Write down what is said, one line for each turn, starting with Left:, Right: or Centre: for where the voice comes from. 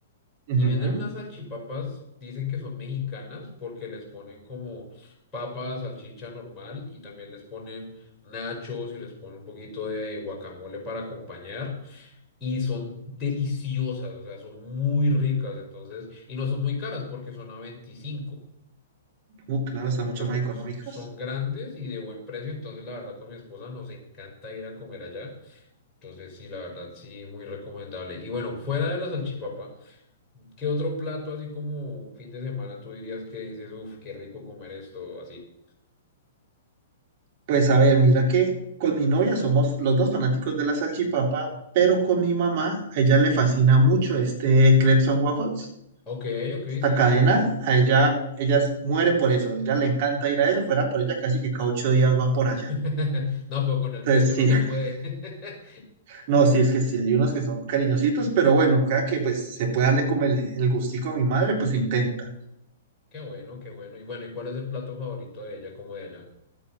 Right: Ujú.
Left: y venden unas salchipapas, dicen que son mexicanas porque les ponen como papa, salchicha normal y también les ponen nachos y les ponen un poquito de guacamole para acompañar y son deliciosas, o sea, son muy ricas entonces y no son muy caras porque son a veinticinco
Right: Uh, claro, están
Left: entonces
Right: mucho más económicas.
Left: son, son grandes y de buen precio. Entonces, la verdad, con mi esposa nos encanta ir a comer allá. Entonces, sí, la verdad, sí, muy recomendable. Y bueno, fuera de la salchipapa, ¿qué otro plato así como un fin de semana tú dirías que dices, uff, qué rico comer esto así?
Right: Pues a ver, mira que con mi novia somos los dos fanáticos de la salchipapa, pero con mi mamá, a ella le fascina mucho este Crepes and Waffles,
Left: Ok, ok,
Right: esta
Left: sí,
Right: cadena,
Left: sí, sí.
Right: a ella, ella s- muere por eso, a ella le encanta ir a eso, fuera por ella casi que cada ocho días va por allá.
Left: <laughs> No, pero con el
Right: Entonces
Left: precio
Right: sí,
Left: no se
Right: <laughs>
Left: puede. <laughs>
Right: no, sí, es que sí, hay unos que son cariñositos, pero bueno, cada que pues se puede darle como el, el gustico a mi madre, pues se intenta.
Left: Qué bueno, qué bueno. Y bueno, ¿y cuál es el plato favorito de ella como de allá?